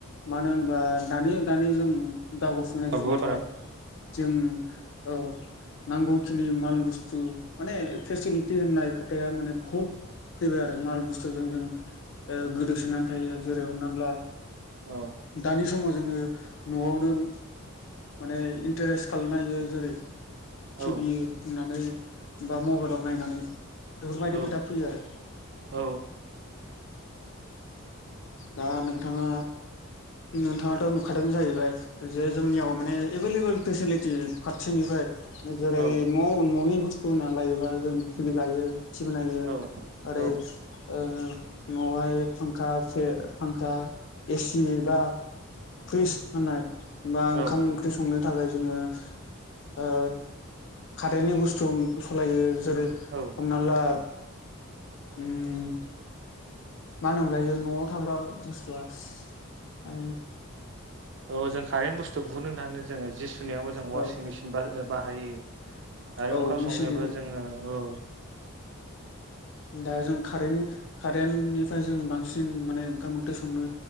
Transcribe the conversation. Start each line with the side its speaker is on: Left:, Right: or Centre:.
Left: मानो होनबा दानि दानि जों दावगाफुंनाय जुगावहाय
Right: बहुद फाराग
Left: जों औ नांगौखिनि बुसथु माने फेसिलिति होन्नाय खोथाया माने बहुट फैबाय आरो माल बुस्थुजों जों ओ गोदोसोनानै थायो जेरै हमना ला
Right: औ
Left: दानि समाव जोङो न'आवनो उम माने इन्टारेस्ट खालायनो हायो जेरै- टिभि
Right: औ
Left: होननानै बा मबाइलाव नायनानै बेफोरबायदि
Right: औ
Left: खोथा फैयो आरो।
Right: औ
Left: दा नोंथाङा नोंथाङाथ' नुखादों जाहैबाय। जे जोंनियाव माने एभेलेबेल फेसिलिटि फारसेनिफ्राय जेरै
Right: औ
Left: न' न'नि बुस होननानै लायोबा जों टिभि लायो टिभि नायो
Right: औ
Left: ओरै
Right: औ
Left: ओ न'आवहाय फांखा सो फांखा एसि बा फ्रिस होननाय बा ओंखाम
Right: औ
Left: ओंख्रि संनो थाखाय जोङो ओ खारेननि बुस्थु सलायो जेरै
Right: औ
Left: हमना ला उम मा होनोमोनलायो? न'आव थाग्रा बुस्थुआ आ
Right: औ जों कारेन्ट बुस्थु बुहुनो होनना जोङो जि सुनायावबो जों वासिं
Left: औ
Right: मेसिन बा ओ बाहायो। आरो
Left: औ
Right: ओंखाम
Left: मेसिननिफ्राय
Right: संनोबो जोङो औ।
Left: दा जों कारेन्ट कारेन्टनिफ्राय जों बांसिन माने ओंखाम ओंख्रि संनो